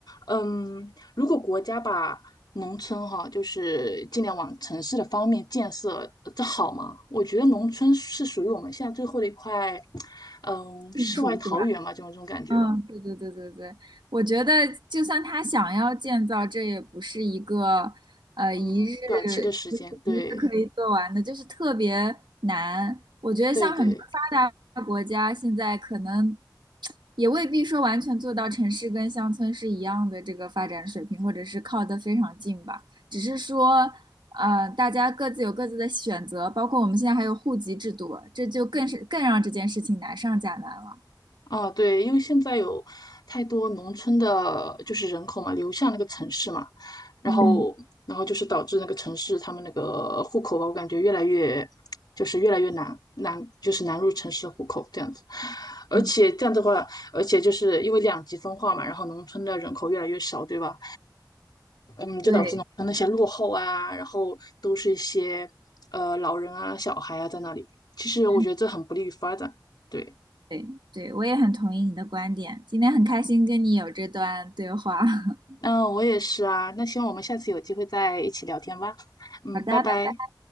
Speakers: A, on the left; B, on the right.
A: 嗯，如果国家把农村哈，就是尽量往城市的方面建设，呃这好吗？我觉得农村是属于我们现在最后的一块，嗯，
B: 嗯。
A: 世外桃源嘛，
B: 处是吧？
A: 就种这种感觉吧。
B: 嗯，对对对对对，我觉得就算他想要建造，这也不是一个呃一日
A: 嗯，短期的时间，
B: 就是一日可以做完的，
A: 对
B: 就是特别难。我觉得像很多发达国家现在可能
A: 对对。
B: 也未必说完全做到城市跟乡村是一样的这个发展水平，或者是靠得非常近吧。只是说，呃，大家各自有各自的选择，包括我们现在还有户籍制度，这就更是更让这件事情难上加难了。
A: 啊，对，因为现在有太多农村的，就是人口嘛，流向那个城市嘛，然后，
B: 嗯。
A: 然后就是导致那个城市他们那个户口吧，我感觉越来越，就是越来越难难，就是难入城市的户口这样子。而且这样的话，
B: 嗯
A: 而且就是因为两极分化嘛，然后农村的人口越来越少，对吧？你就导致农村那些落后啊，
B: 对，
A: 然后都是一些呃老人啊、小孩啊在那里，其实我觉得这很不利于发展。
B: 嗯，
A: 对。
B: 对，对，我也很同意你的观点。今天很开心跟你有这段对话。<laughs>
A: 嗯，我也是啊。那希望我们下次有机会再一起聊天吧。嗯，
B: 好的，
A: 拜拜。
B: 拜拜。